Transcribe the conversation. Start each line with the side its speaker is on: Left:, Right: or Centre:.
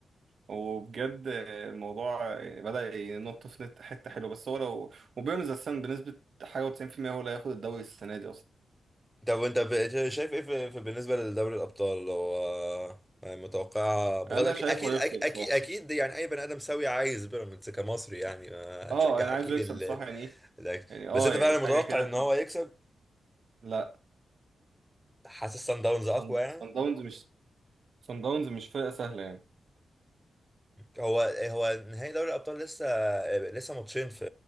Right: وبجد الموضوع بدأ ينط في نت- حتة حلوة بس هو لو وبيراميدز أساسا بنسبة حاجة و90% هو اللي هياخد الدوري السنة دي أصلا
Centre: طب وانت ب- شايف ايه في في- بالنسبه لدوري الابطال هو يعني متوقع بغض
Right: أنا
Centre: اكيد
Right: شايفه
Centre: اكيد
Right: هيكسب بصراحة
Centre: اكيد اكيد يعني اي بني ادم سوي عايز بيراميدز كمصري يعني ما هتشجع
Right: اه أنا
Centre: اكيد
Right: عايزه يكسب
Centre: ال...
Right: بصراحة يعني إيه
Centre: ال-
Right: يعني اه
Centre: بس انت
Right: يعني
Centre: فعلا
Right: حاجة
Centre: متوقع
Right: كده
Centre: ان
Right: ت-
Centre: هو يكسب
Right: لا
Centre: حاسس سان داونز اقوى
Right: صن
Centre: يعني
Right: صن داونز مش صن داونز مش فرقة سهلة يعني
Centre: هو هو نهائي دوري الابطال لسه لسه ماتشين في